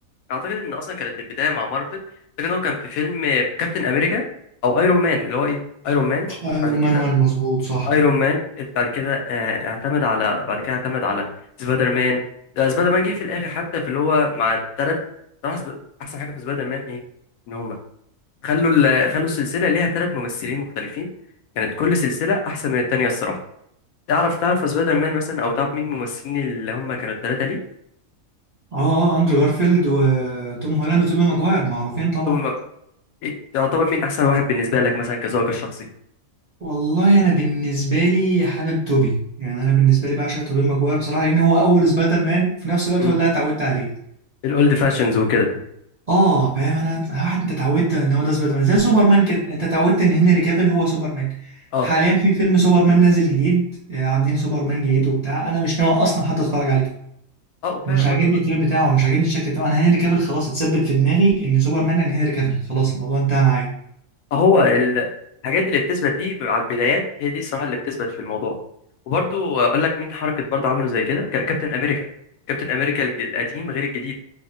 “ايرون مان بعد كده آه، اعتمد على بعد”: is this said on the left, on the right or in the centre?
Left